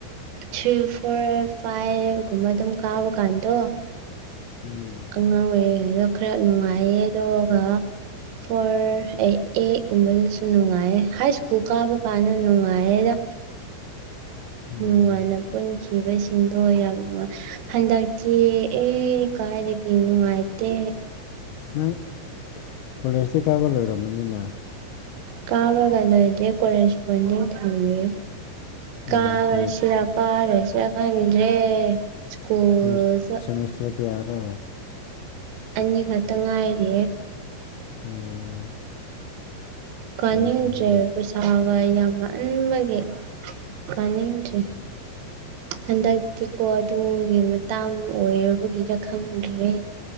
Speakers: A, on the right; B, on the left.
A: ꯊ꯭ꯔꯤ ꯐꯣꯔ ꯐꯥꯏꯚꯒꯨꯝꯕ ꯑꯗꯨꯝ ꯀꯥꯕ ꯀꯥꯟꯗꯣ
B: ꯎꯝ
A: ꯑꯉꯥꯡ ꯑꯣꯏꯔꯤꯉꯩꯗ ꯈꯔ ꯅꯨꯡꯉꯥꯏꯌꯦ ꯑꯗꯨꯒ ꯐꯣꯔ ꯑꯩ ꯑꯩꯠꯒꯨꯝꯕꯗꯁꯨ ꯅꯨꯡꯉꯥꯏꯌꯦ ꯍꯥꯏ ꯁ꯭ꯀꯨꯜ ꯀꯥꯕ ꯀꯥꯟꯗ ꯅꯨꯡꯉꯥꯏꯌꯦꯗ
B: ꯎꯝ
A: ꯅꯨꯡꯉꯥꯏꯅ ꯄꯨꯟꯈꯤꯕꯁꯤꯡꯗꯣ ꯌꯥꯝ ꯍꯟꯗꯛꯇꯤ ꯑꯦ ꯄꯥꯥꯛꯅꯗꯤ ꯄꯨꯟ ꯅꯨꯡꯉꯥꯏꯇꯦ
B: ꯅꯪ ꯀꯣꯂꯦꯖꯇꯤ ꯀꯥꯕ ꯂꯣꯏꯔꯝꯃꯅꯤꯅꯦ
A: ꯀꯥꯕꯒꯩꯒꯩꯗꯤ ꯀꯣꯂꯦꯁꯄꯣꯟꯗꯤꯡ ꯊꯝꯃꯦ
B: ꯑꯣ
A: ꯀꯥꯁꯤꯔ
B: ꯁꯦꯃꯤꯁ
A: ꯀꯥꯔꯣꯏꯁꯤꯔ ꯈꯪꯗ꯭ꯔꯦ ꯁ꯭ꯀꯨꯜꯁꯨ
B: ꯁꯤꯃꯤꯁ ꯁꯃꯤꯁꯇꯔ ꯀꯌꯥꯔꯣ
A: ꯑꯅꯤꯈꯛꯇ ꯉꯥꯏꯔꯤꯑꯦ
B: ꯑꯣ
A: ꯀꯥꯅꯤꯡꯗ꯭ꯔꯦ
B: ꯐꯩ ꯐꯩ ꯑꯗꯨꯗꯤ
A: ꯄꯩꯁꯥꯒ ꯌꯥꯝꯃꯟꯕꯒꯤ ꯀꯥꯅꯤꯡꯗ꯭ꯔꯦ ꯍꯟꯗꯛꯇꯤꯀꯣ ꯇꯨꯡꯒꯤ ꯃꯇꯥꯡ ꯑꯣꯏꯔꯕꯒꯤꯔ ꯈꯪꯗ꯭ꯔꯦ